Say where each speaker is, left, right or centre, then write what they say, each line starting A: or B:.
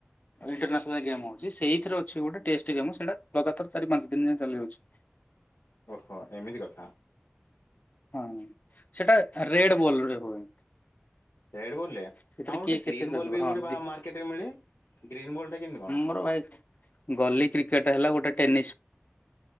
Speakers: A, on the left; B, on the left.
A: ଇଣ୍ଟରନେସାନଲ ଗେମ ହଉଛି। ସେଇଥିରେ ଅଛି ଗୋଟେ ଟେଷ୍ଟ ଗେମ୍ ସେଇଟା ଲଗାତାର ଚାରି ପାଞ୍ଚ ଦିନ ଯାଁ ଚାଲିଯାଉଛି।
B: ଓହୋ! ଏମିତି କଥା।
A: ହଁ, ସେଟା ରେଡ ବଲରେ ହୁଏ।
B: ରେଡ଼୍ ବଲରେ
A: ସେଥିରେ
B: ଆଉ ଗୋଟେ
A: କିଏ କେତେ
B: ଗ୍ରୀନ୍
A: ଜଗିବ
B: ବଲ୍ ବି
A: ହଁ
B: ଗୋଟେ ବା
A: ଦି
B: ମାର୍କେଟରେ ମିଳେ। ଗ୍ରୀନ୍ ବଲ୍ ଟା କେମିତି କଣ?
A: ମୋର ଭାଇ ଭଳି କ୍ରିକେଟ୍ ହେଲା, ଗୋଟେ ଟେନିସ୍